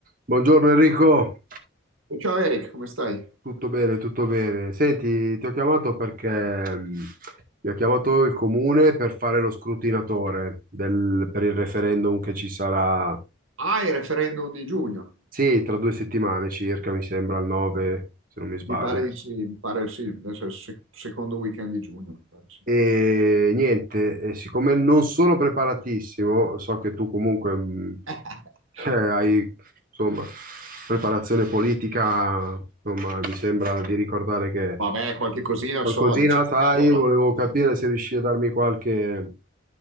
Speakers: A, on the right; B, on the right.
A: Buongiorno Enrico,
B: E ciao Eric, come stai?
A: tutto bene, tutto bene. Senti, ti ho chiamato perché mm, mi ha chiamato il comune per fare lo scrutinatore del- per il referendum che ci sarà,
B: Ah, il referendum di giugno,
A: sì, tra due settimane circa, mi sembra, al 9, se non mi sbaglio.
B: mi pare di sì, mi pare sì, adesso è il se- secondo weekend di giugno, mi pare sì.
A: E niente, e siccome non sono preparatissimo, so che tu comunque mm,
B: <laughs>
A: <laughs> eh, hai, insomma, preparazione politica, insomma, mi sembra di ricordare che
B: Vabbè, qualche cosina
A: Qualcosina
B: so, diciamo
A: la sai,
B: che allora,
A: volevo capire se riesci a darmi qualche